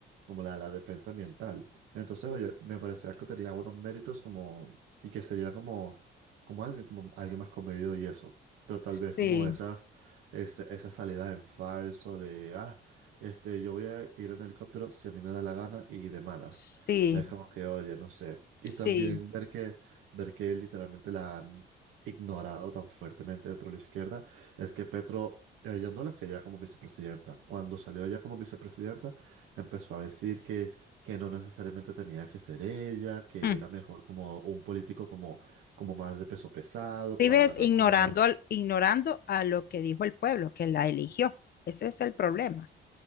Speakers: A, on the right; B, on the left.
A: como la, la defensa ambiental. Entonces, oye, me parecía que tenía buenos méritos como, y que sería como, como alguien, como alguien más comedido y eso. Pero tal
B: Sí,
A: vez como esas, ese- esa salida en falso de, ah, este, yo voy a ir en helicóptero si a mí me da la gana y de malas.
B: sí,
A: Es como que, oye, no sé.
B: sí.
A: Y también ver que, ver que literalmente la han ignorado tan fuertemente dentro de la izquierda, es que Petro, ella no la quería como vicepresidenta. Cuando salió ella como vicepresidenta, empezó a decir que, que no necesariamente tenía que ser ella, que
B: mm.
A: era mejor como un político como, como más de peso pesado
B: Si
A: para
B: ves,
A: ganar
B: ignorando,
A: como más
B: al, ignorando a lo que dijo el pueblo, que la eligió. Ese es el problema.